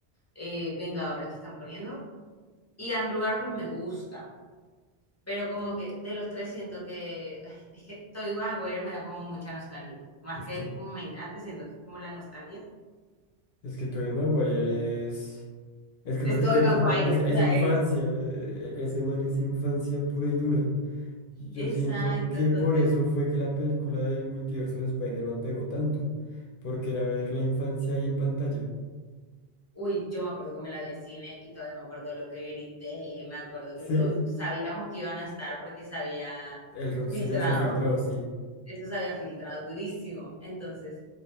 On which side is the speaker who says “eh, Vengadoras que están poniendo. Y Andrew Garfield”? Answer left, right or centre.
Left